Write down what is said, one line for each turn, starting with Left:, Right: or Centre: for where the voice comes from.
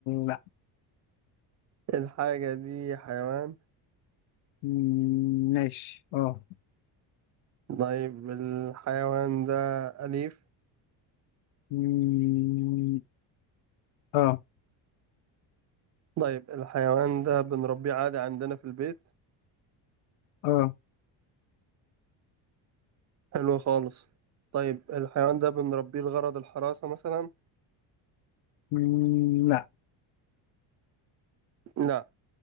Left: لا
Right: الحاجة دي حيوان
Left: مم، ماشي اه
Right: طيب الحيوان ده أليف
Left: مم، اه
Right: طيب الحيوان ده بنربيه عادي عندنا في البيت
Left: اه
Right: حلو خالص طيب الحيوان ده بنربيه لغرض الحراسة مثلا
Left: مم، لا
Right: لا